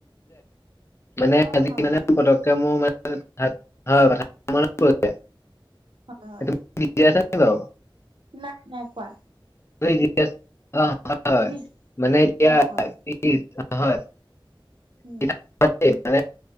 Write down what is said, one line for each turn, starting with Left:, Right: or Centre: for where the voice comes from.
Left: মানে
Right: অ
Left: <unintelligible>
Right: হয়
Left: পটকে মোৰ মানে <unintelligible> মনত <unintelligible>
Right: <unintelligible>
Left: <unintelligible>
Right: নাই নাই কোৱা।
Left: <unintelligible>
Right: বিজ অ হয় উম,
Left: <unintelligible> মানে